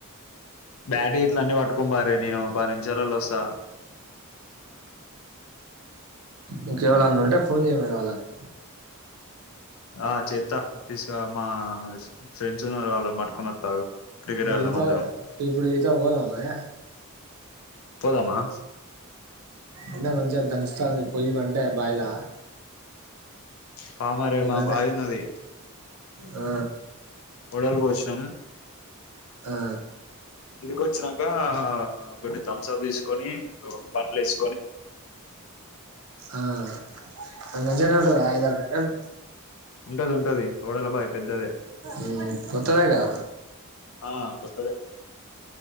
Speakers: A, on the left; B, on the right.
A: బ్యాట్ గిట్ల అన్నీ పట్టుకోమ్ పార్రి నేను పది నిమిషాలలో వస్త్ స్తా
B: ఇంకెవళన్న ఉంటే ఫోన్ చేయి మరి వాళ్ళకు.
A: ఆ చేత్తా తీసుకురా మా ఫ్రెండ్స్ ఉన్నరు వాళ్ళనీ పట్టుకొని వత్తా ఆగు క్రికెట్
B: మరి
A: ఆడదాం
B: ఈత
A: అందరం
B: ఇప్పుడు ఈతక్ పోదామ మరీ,
A: పోదామా
B: ఎండ మంచిగ దంచు తాంది. పొయి పంటా బాయిలా
A: పా మరి
B: ఓ
A: మా
B: గంట
A: బాయున్నది.
B: ఆ
A: ఒడల్ పోశినం.
B: ఆ
A: ఇంటికి వచ్చినాంకా ఒకటి థమ్స్ అప్ తీసుకొనీ. అవో బట్టల్ ఏస్
B: ఆ మంచిగనే ఉంటదా ఐదారు గంటల్
A: ఉంటది ఉంటది ఓడల బాయి పెద్దదే.
B: మ్మ్ కొత్తదేగా
A: ఆ కొత్తదే.